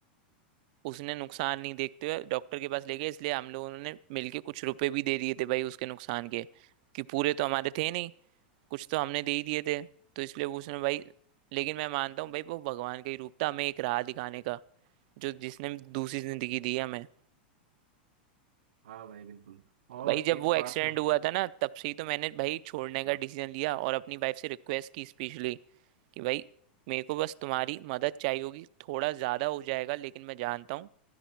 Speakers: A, on the right; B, on the right.
A: उसने नुकसान नहीं देखते हुए डॉक्टर के पास ले गया इसलिए हम लोगों ने मिलके कुछ रुपए भी दे दिए थे भाई उसके नुकसान के कि पूरे तो हमारे थे नहीं कुछ तो हमने दे ही दिए थे तो इसलिए वो उसने भाई लेकिन मैं मानता हूँ भाई वो भगवान का ही रूप था हमें एक राह दिखाने का जो जिसने दूसरी जिंदगी दी हमें तो
B: हाँ भाई बिल्कुल और
A: भाई जब
B: एक
A: वो एक्सीडेंट
B: बात है भाई
A: हुआ था ना तब से ही तो मैंने भाई छोड़ने का
B: हाँ।
A: डिसीजन लिया और अपनी वाइफ से रिक्वेस्ट की स्पेशली कि भाई मेरे को बस तुम्हारी मदद चाहिए होगी थोड़ा ज्यादा हो जाएगा लेकिन मैं जानता हूँ